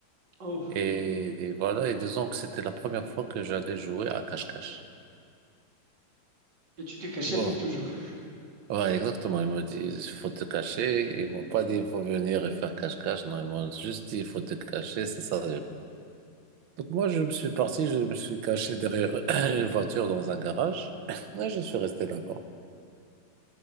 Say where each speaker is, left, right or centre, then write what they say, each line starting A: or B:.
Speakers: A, on the right; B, on the right.
A: Oh,
B: Et, et voilà, et disons que c'était la première fois que j'allais jouer à cache-cache.
A: et tu t'es caché
B: Bon,
A: pour toujours.
B: ouais, exactement. Ils m'ont dit, il faut te cacher. Ils m'ont pas dit, il faut venir et faire cache-cache. Non, ils m'ont juste dit, il faut te cacher. C'est ça, Donc moi, je me suis parti, je me suis caché derrière <clears throat> une voiture dans un garage <clears throat> et je suis resté là-bas.